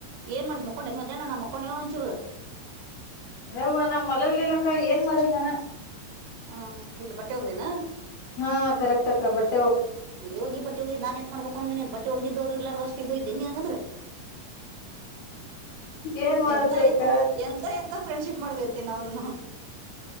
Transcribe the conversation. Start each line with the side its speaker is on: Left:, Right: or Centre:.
Right: ಏನ್ ಮಾಡ್ದ್ ಮಕೊಂಡ ನ್ ಮದ್ದಣ್ಣ ನಾ ಮಕ್ಕೊಂಡೆ ಒಂಚೂರು
Left: ನ್ ನಮ್ಮ್ ಮಲಗ್ಲಲಕ್ಕ ಏನ್ ಮಾಡಿದ್ನನ
Right: ಹ್ಮ ಇಲ್ಲ ಬಟ್ಟೆ ಹೋಗ್ದೇನಾ
Left: ಹಾ ಕರೆಕ್ಟ್ ಆಕ ಬಟ್ಟ
Right: ಅಯೋ ನೀ ಬಟ್ಟಿ ಹೋಗಿ ನಾನ್ಏನ್ ಮಾಡಬೇಕಕೊಂಡು ನೀನ್ ಬಿ ಹೋಗ್ದಿದ್ದ್ರುಲ್ಲಾರಷ್ಟ ಇದ ತಿನ್ನಿ ಹಂಗಂದ್ರೆ
Left: ಏನ್ ಮಾಡ್ತಕ್ಕ
Right: ಎಂತ ಎಂತ ಎಂತ ಫ್ರೆಂಡ್ಶಿಪ್ ಮಾಡ್ದತಿ ನ ಅವನನು